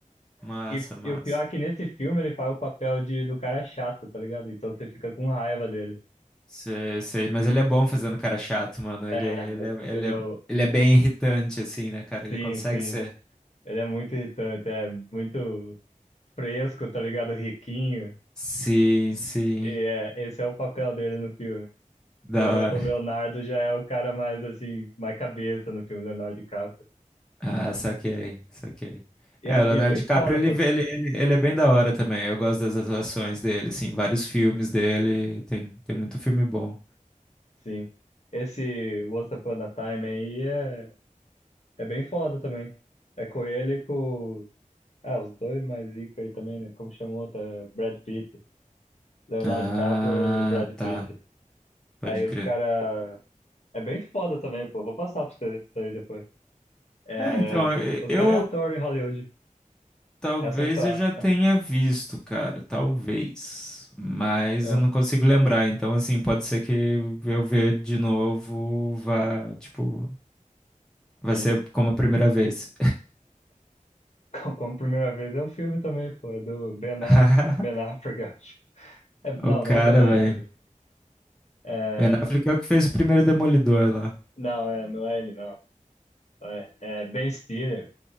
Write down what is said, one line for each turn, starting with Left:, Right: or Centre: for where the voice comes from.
Centre: Massa,
Left: E,
Centre: massa.
Left: e o pior é que nesse filme ele faz o papel de, do cara chato, tá ligado? Então você fica com raiva dele.
Centre: Sei, sei, mas ele é bom fazendo cara chato, mano.
Left: É,
Centre: Ele, ele, é,
Left: ele
Centre: ele,
Left: é
Centre: é,
Left: o...
Centre: ele é bem irritante, assim, né, cara? Ele
Left: Sim,
Centre: consegue
Left: sim.
Centre: ser.
Left: Ele é muito irritante, é muito fresco, tá ligado? Riquinho.
Centre: Sim, sim.
Left: E é, esse é o papel dele no filme.
Centre: Da
Left: E o, Le-
Centre: hora.
Left: o Leonardo já é o cara mais, assim, mais cabeça no filme, Leonardo DiCaprio.
Centre: Ah, saquei, saquei.
Left: E
Centre: É,
Left: é,
Centre: o Leonardo
Left: e é bem
Centre: DiCaprio,
Left: foda,
Centre: ele,
Left: pô,
Centre: ele, ele, ele é bem da hora também. Eu gosto das atuações dele, assim, vários filmes dele. Tem, tem muito filme bom.
Left: sim. Esse Once Upon a Time aí é, é bem foda também. É com ele e com... Ah, os dois mais zica aí também, né? Como chamou? Tá? Brad Pitt. Leonardo
Centre: Ah,
Left: DiCaprio e Brad
Centre: tá.
Left: Pitt.
Centre: Pode
Left: Aí
Centre: crer.
Left: os cara... É bem foda também, pô. Vou passar pra você isso aí depois. É,
Centre: É, então,
Left: os,
Centre: e-
Left: os
Centre: eu,
Left: cara
Centre: eu-
Left: é ator em Hollywood.
Centre: talvez
Left: Essa é a história.
Centre: eu já tenha visto, cara, talvez. Mas
Left: Ah,
Centre: eu não consigo lembrar, então assim, pode ser que eu ver de novo vá, tipo, vai
Left: sim.
Centre: ser como a primeira vez.
Left: <laughs> Como como primeira vez é um filme também, pô. É do Ben,
Centre: <laughs>
Left: Af Ben Affleck, eu acho. É, não,
Centre: O cara,
Left: não é Ben Affleck.
Centre: velho.
Left: É,
Centre: Ben Affleck é o que fez o primeiro Demolidor lá.
Left: não, é, não é ele, não. É, é Ben Stiller.